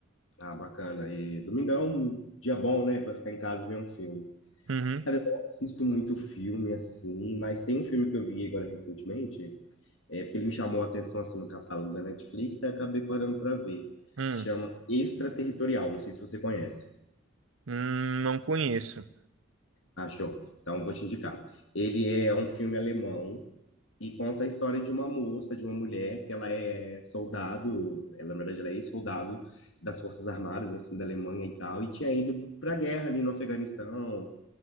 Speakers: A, on the left; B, on the right.
A: Ah, bacana. E domingão, é um dia bom, né, Pra ficar em casa e ver um filme.
B: Uhum.
A: Cara, eu não assisto muito filme assim, mas tem um filme que eu vi agora recentemente, é porque ele me chamou a atenção assim no catálogo da Netflix, aí eu acabei parando pra ver.
B: Hum,
A: Chama Extraterritorial, não sei se você conhece.
B: hum, não conheço.
A: Achou? Então vou te indicar. Ele é um filme alemão E conta a história de uma moça, de uma mulher, que ela é soldado, ela, na verdade, ela é ex-soldado das Forças Armadas, assim, da Alemanha e tal, e tinha ido para a guerra ali no Afeganistão.